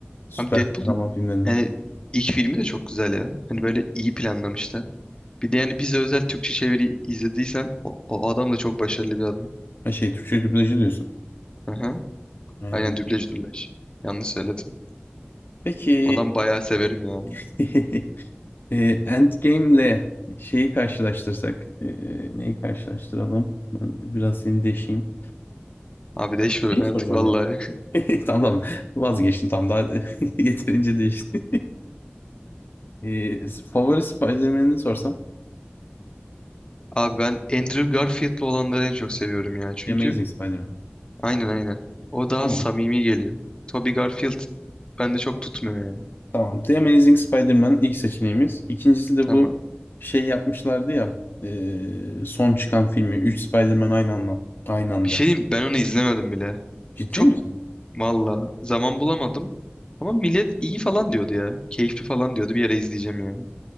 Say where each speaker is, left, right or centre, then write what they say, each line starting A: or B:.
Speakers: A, on the left; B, on the left.
A: Süper
B: Abi Deadpool'un
A: kahraman filmlerinden.
B: yani ilk filmi de çok güzel ya. Hani böyle iyi planlamışlar. Bir de yani bize özel Türkçe çeviri izlediysen o, o adam da çok başarılı bir adam.
A: Ha şey Türkçe dublajı diyorsun.
B: Aha.
A: Aynen.
B: Aynen dublaj dublaj. Yanlış söyledim.
A: Peki
B: Adam bayağı severim ya.
A: <laughs> E, Endgame'le şeyi karşılaştırsak, e, neyi karşılaştıralım? Ben biraz seni deşeyim.
B: Abi değişme
A: Şeyi
B: ben
A: soracağım
B: artık vallahi.
A: ya. <laughs> Tamam tamam vazgeçtim tamam daha <laughs> yeterince değişti. E, favori Spider-Man'ini sorsam?
B: <laughs> Abi ben Andrew Garfield'lı olanları en çok seviyorum ya. Çünkü
A: The Amazing Spider-Man.
B: aynen aynen. O daha
A: Tamam.
B: samimi geliyor. Tobey Garfield bende çok tutmuyor ya.
A: Tamam. The Amazing Spider-Man ilk seçeneğimiz. İkincisi de
B: Tamam.
A: bu şey yapmışlardı ya e, son çıkan filmi. Üç Spider-Man aynı anda. Aynı anda.
B: Bir şey diyeyim mi? ben onu izlemedim bile.
A: Ciddi
B: Çok
A: misin?
B: Valla zaman bulamadım. Ama millet iyi falan diyordu ya. Keyifli falan diyordu. Bir yere izleyeceğim yani.